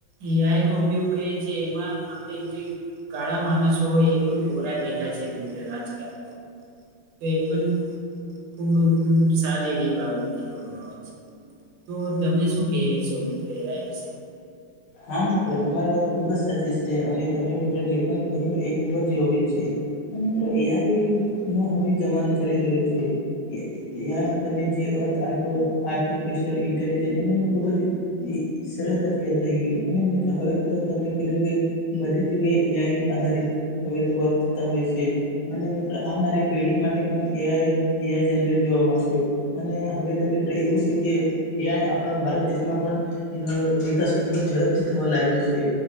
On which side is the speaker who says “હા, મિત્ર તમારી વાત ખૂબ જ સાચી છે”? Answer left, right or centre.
Left